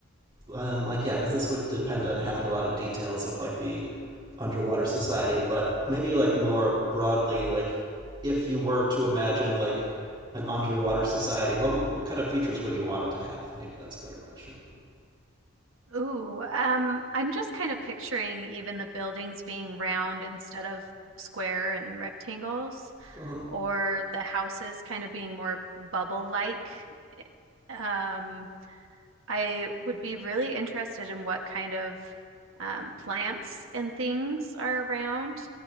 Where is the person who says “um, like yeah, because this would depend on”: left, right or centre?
Right